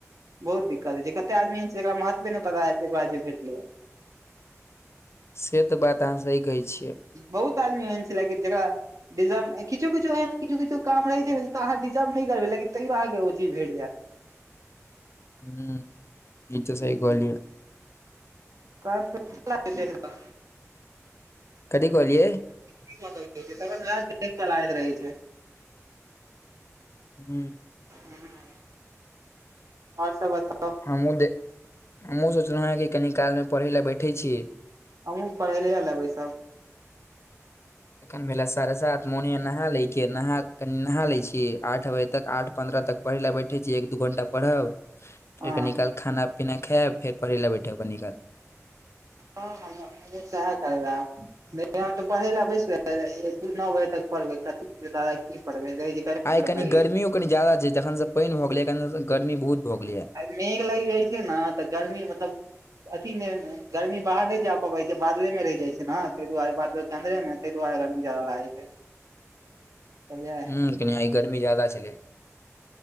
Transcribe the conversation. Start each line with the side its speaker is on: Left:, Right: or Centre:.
Right: बहुत दिक्कत होय छैय, कते आदमी छैय एकरा महत्वे नहि पता हेतै तैय के बाद जे भेटलैये।
Left: से तऽ बात अहाँ सही कहै छियै।
Right: बहुत आदमी एहन छेले कि जकरा डिजर्व किछो- किछो एहन किछो - किछो काम रहै छैय, तऽ अहाँ डिजर्व नै करबै लेकिन तैइयो अहाँके ओ चीज भेट जेत। <inaudible>
Left: हुँ इ तऽ सही
Right: हूँ
Left: कहलियै।
Right: हूँ <unintelligible>
Left: कथी कहलियै?
Right: की सब देलकै तहन राज के चेक कराबैत रहै छैय।
Left: हू।
Right: <unintelligible> और सब बताव?
Left: हमहुँ दे हमहुँ सोचलउहे कि कनी कालमे परहै ले बैठय छी।
Right: हमहूँ पढ़ैये ले बैसब।
Left: एखन भेले साढ़े सात मोन होइये नहा लैके, नहा लै छी। आठ बजे तक आठ पन्द्रह तक पढ़य ले बैठय छी, एक दू घंटा परहब।
Right: हँ
Left: फेर कनी काल खाना पीना खेब फेर पढ़य ले बैठब कनि काल।
Right: ह हम हमहूँ सैह करबैय आब। नै हम तऽ पढ़य ले बैस र रहियै न बजे तक। परबै कथी के दादा की पढ़बै। रहै छै कही
Left: आय
Right: पर
Left: कनी
Right: पढ़ि लै
Left: गर्मियो
Right: छी।
Left: कनी ज्यादा छैय। जखन स पैन भऽ गेलै कन गर्मी बहुत भऽ गेलैये।
Right: आय मेघ लैग जाय छैय न, तऽ गर्मी मतब अथी मेन गर्मी बाहर नै जा पबै छैय, बादले मे रैह जाय छैय न, तै दुआरे बादलो के अन्दरे मे। तै दुआरे गर्मी ज्यादा लागै छैय। बुझलिए
Left: ह कनि आइ गर्मी जादा छलै।